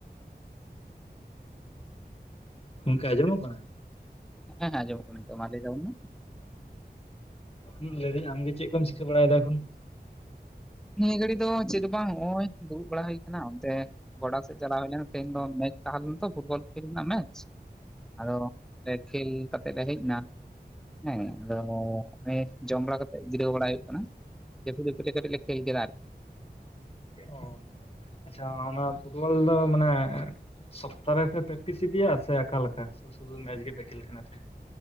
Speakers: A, on the left; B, in the centre.
A: ᱜᱚᱝᱠᱮ ᱟᱸᱡᱚᱢᱚᱜ ᱠᱟᱱᱟ
B: ᱦᱮᱸ ᱦᱮᱸ ᱟᱸᱡᱚᱢᱚᱜᱽ ᱠᱟᱱᱟ ᱛᱚ ᱢᱟ ᱞᱟᱹᱭ ᱛᱟᱵᱚᱱ ᱢᱮ
A: ᱚᱸ ᱞᱟᱹᱭ ᱫᱟᱹᱧ ᱟᱢᱜᱮ ᱪᱮᱫ ᱠᱚᱢ ᱪᱤᱠᱟᱹ ᱵᱟᱲᱟᱭᱮᱫᱟ ᱮᱠᱷᱚᱱ
B: ᱱᱤᱭᱟᱹ ᱜᱷᱟᱹᱲᱤ ᱫᱚ ᱪᱮᱫ ᱦᱚᱸ ᱵᱟᱝ ᱱᱚᱜ-ᱚᱭ ᱫᱩᱲᱩᱵ ᱵᱟᱲᱟ ᱦᱩᱭ ᱠᱟᱱᱟ ᱚᱱᱛᱮ ᱜᱚᱰᱟ ᱥᱮᱫ ᱪᱟᱞᱟᱣ ᱦᱩᱭ ᱞᱮᱱᱟ ᱛᱮᱦᱮᱧ ᱫᱚ ᱢᱮᱪ ᱛᱟᱦᱮᱸ ᱞᱮᱱᱟ ᱛᱚ ᱯᱷᱩᱴᱵᱚᱞ ᱠᱷᱮᱞ ᱨᱮᱱᱟᱜ ᱢᱮᱪ ᱟᱫᱚ ᱠᱷᱮᱞ ᱠᱟᱛᱮᱫ ᱞᱮ ᱦᱮᱡᱽ ᱮᱱᱟ ᱦᱮᱸ ᱟᱫᱚ ᱱᱮᱸ ᱡᱚᱢ ᱵᱟᱲᱟ ᱠᱟᱛᱮᱜ ᱡᱤᱨᱟᱹᱣ ᱵᱟᱲᱟ ᱦᱩᱭᱩᱜ ᱠᱟᱱᱟ᱾ ᱡᱟᱯᱩᱫ ᱡᱟᱯᱩᱫ ᱠᱟᱴᱤᱡᱽ ᱞᱮ ᱠᱷᱮᱞ ᱜᱮᱫᱟ ᱟᱨᱠᱤ
A: ᱚ ᱟᱪᱪᱷᱟ ᱚᱱᱟ ᱯᱷᱩᱴᱵᱚᱞ ᱫᱚ ᱢᱟᱱᱮ ᱥᱚᱯᱛᱟᱦᱨᱮ ᱯᱮ ᱯᱮᱠᱴᱤᱥ ᱤᱫᱤᱭᱟ ᱥᱮ ᱚᱠᱟᱞᱮᱠᱟ ᱥᱩᱫᱩ ᱢᱮᱪ ᱜᱮᱯᱮ ᱠᱷᱮᱞ ᱠᱟᱱᱟ ᱥᱮ